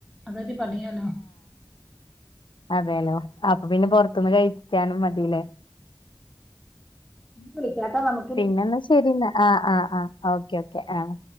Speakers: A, in the centre; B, on the left.
A: അതൊരു പണിയാരു
B: അതേനോ അപ്പൊ പിന്നെ പുൊറത്തുന്ന് കഴിക്കാനും മതില്ലേ
A: വിളിക്ക കേട്ടോ നമുക്ക്
B: പിന്നെന്നാ ശരിന്ന് ആഹ് ആഹ് ആഹ് ഓക്കെ ഓക്കെ ആഹ്